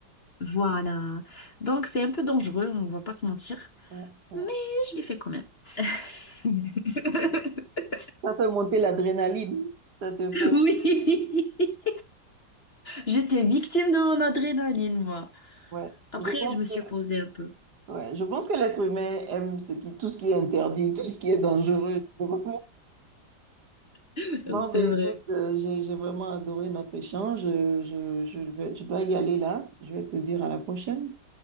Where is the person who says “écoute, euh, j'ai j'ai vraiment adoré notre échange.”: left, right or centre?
Right